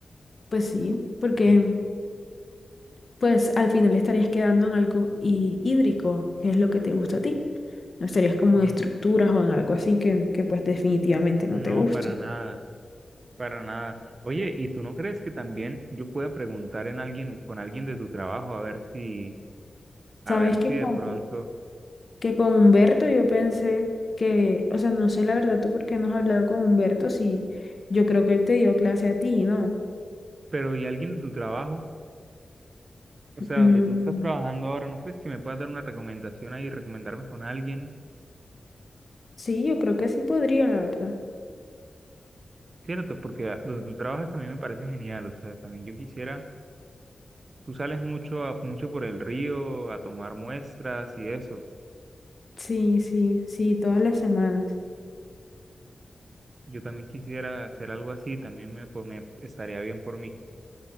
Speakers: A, on the left; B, on the right.
A: Pues sí, porque
B: Sí,
A: pues al final estarías quedando en algo hí- hídrico, que es lo que te gusta a ti. No estarías como
B: mira,
A: en estructuras o en algo así que, que pues definitivamente no
B: no,
A: te gusta.
B: para nada, para nada. Oye, ¿y tú no crees que también yo pueda preguntar en alguien, con alguien de tu trabajo, a ver si, a
A: Sabes
B: ver
A: que
B: si de
A: con,
B: pronto,
A: que con Humberto yo pensé que, o sea, no sé la verdad tú por qué no has hablado con Humberto si yo creo que él te dio clase a ti, ¿no?
B: pero ¿y alguien de tu trabajo? O sea,
A: Mm,
B: donde tú estás trabajando ahora, ¿no crees que me puedas dar una recomendación ahí, recomendarme con alguien?
A: sí, yo creo que sí podría, la verdad.
B: Cierto, porque donde tú trabajas también me parece genial, o sea, también yo quisiera, tú sales mucho a, mucho por el río a tomar muestras y eso,
A: Sí, sí, sí, todas las semanas.
B: yo también quisiera hacer algo así, también me, po- me estaría bien por mí,